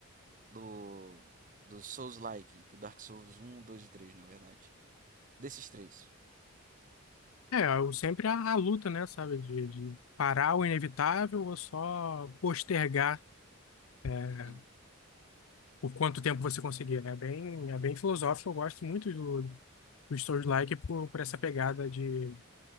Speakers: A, on the right; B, on the left.
A: do, do Souls-like, do Dark Souls um 2 e 3, na verdade. Desses três.
B: É, eu sempre a, a luta, né, sabe, de, de parar o inevitável ou só postergar é,
A: Sim.
B: por quanto tempo você conseguir, né? É bem, é bem filosófico, eu gosto muito do, do Souls-like por, por essa pegada de,